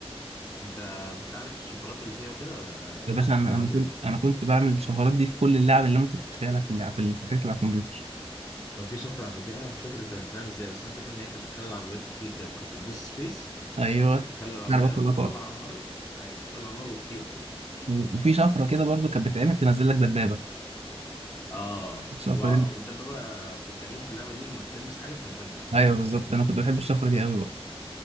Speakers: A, on the left (about 35°); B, on the right (about 75°).
A: انت كنت عارف الشفرات اللي فيها وكده آه،
B: يا
A: ما
B: باشا
A: كنتش
B: انا
A: بتعمل
B: انا
A: كده
B: كنت انا كنت بعمل الشفرات دي في كل اللعب اللي ممكن تتخيلها في اللعب في ال- في الحاجات اللي على الكمبيوتر
A: كان في شفره انا فاكرها مش فاكر كانت بتتعمل ازاي بس انا فاكر ان هي كانت بتخلي العربيات تطير كده كنت بتدوس سبيس
B: ايوه
A: تخلي العربيه
B: عربيات كلها
A: بتطلع
B: طارت
A: نار ايوه بتطلع نار وتطير كده
B: و- وفي شفره كده برضو كانت بتتعمل تنزل لك دبابه
A: اه
B: الشفره
A: و-
B: دي
A: والدبابه في تقريبا في اللعبه دي لما تلمس حاجه بتنفجر
B: ايوه بالظبط انا كنت بحب الشفره دي قوي بقى